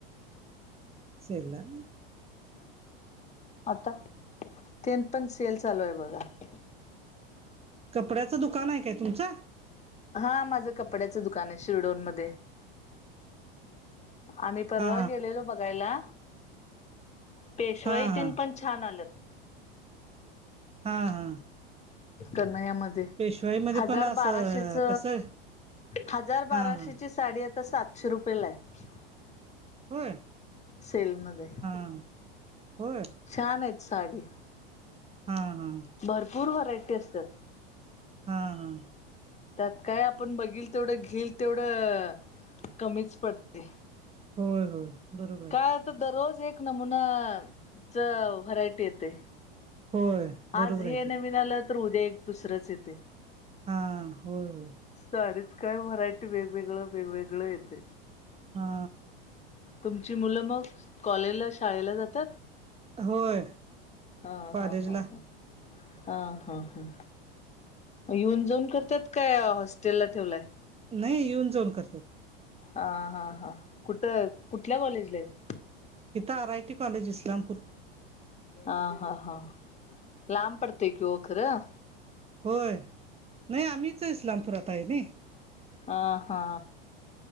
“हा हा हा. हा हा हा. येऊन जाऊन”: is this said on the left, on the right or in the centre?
Left